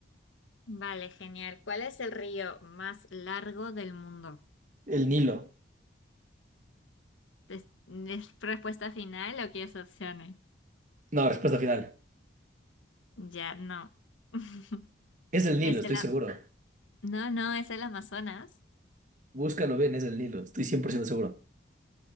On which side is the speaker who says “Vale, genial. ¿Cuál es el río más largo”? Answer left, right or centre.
Left